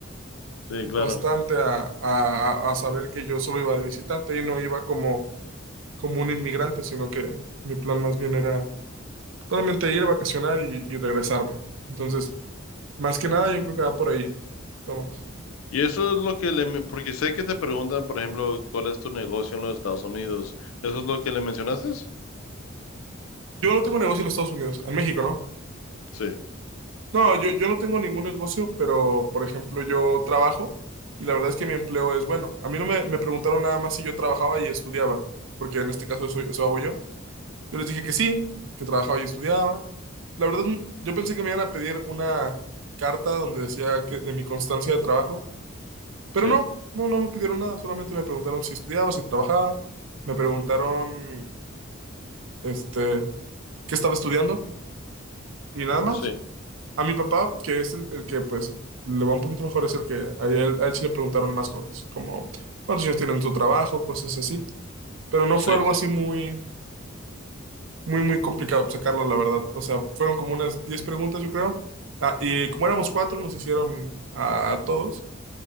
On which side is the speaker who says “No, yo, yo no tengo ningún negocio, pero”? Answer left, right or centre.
Right